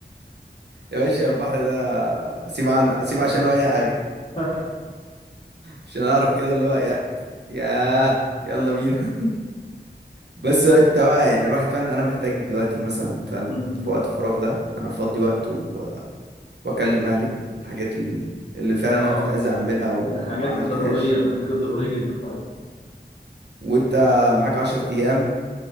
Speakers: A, on the right; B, on the left.
A: يا باشا البحر ده سيب عن سيب عشانه اي حاجه
B: <laughs>
A: عشان اعرف كده اللي هو يا ياه يلا بينا <laughs> بس هو انت بقى يعني الواحد فعلا انا محتاج دلوقتي مثلا فعلا
B: مم.
A: في وقت الفراغ ده انا افضي وقت و... واكلم اهلي الحاجات ال- اللي فعلا انا
B: اه
A: كنت عايز اعملها و...
B: من الحاجات
A: وما عملتهاش
B: الضرورية من الحاجات الضرورية جدا طبعا
A: وانت معاك عشر ايام